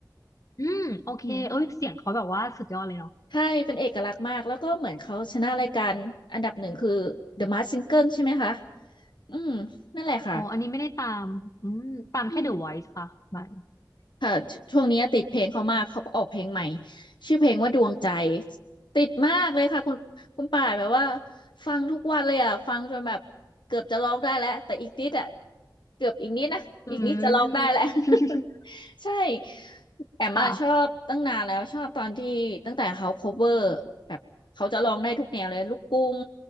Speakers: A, on the left (about 45°); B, on the left (about 80°).
A: อืมโอเคเอ้ยเสียงเขาแบบว่าสุดยอดเลยเนาะ
B: อืมใช่เป็นเอกลักษณ์มากแล้วก็เหมือนเขาชนะรายการอันดับหนึ่งคือ The Masked Singer ใช่ไหมคะอืมนั่นแหละค่ะ
A: อ๋ออันนี้ไม่ได้ตามอืมตามแค่
B: อืม
A: The Voice ค่ะบัน
B: ค่ะชช่วงนี้ติดเพลงเขามาก เขาออกเพลงใหม่ ชื่อเพลงว่าดวงใจ ติดมากเลยค่ะคุณคุณป่าแบบว่าฟังทุกวันเลยอ่ะ ฟังจนแบบเกือบจะร้องได้แล้วแต่อีกนิดอ่ะเกือบอีกนิดนะอีกนิดจะร้องได้แล้ว
A: อืม
B: <laughs>
A: <laughs>
B: ใช่ แอมอะชอบตั้งนานแล้วชอบตอนที่ตั้งแต่เขา
A: ค่ะ
B: cover แบบเขาจะร้องได้ทุกแนวเลยลูกกรุ้ง